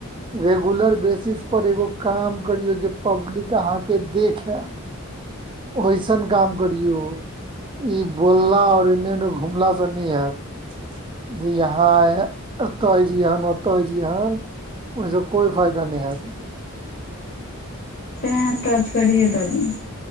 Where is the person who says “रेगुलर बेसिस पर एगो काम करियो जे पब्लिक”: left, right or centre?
Right